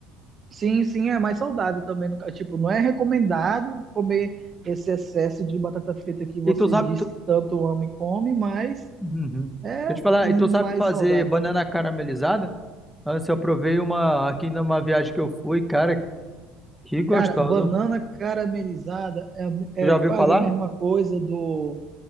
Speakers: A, on the right; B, in the centre.
A: Sim, sim, é mais saudável também. No, ca- tipo, não é recomendado comer esse excesso de batata frita que você
B: E tu sabe.
A: diz
B: Tu...
A: que tanto ama e come, mas
B: Uhum.
A: é
B: Deixa eu te falar,
A: mais
B: e tu sabe fazer
A: saudável.
B: banana caramelizada? Antes eu provei uma aqui numa viagem que eu fui, cara, que gostosa.
A: Cara, banana caramelizada é,
B: Tu já
A: é
B: ouviu
A: quase
B: falar?
A: a mesma coisa do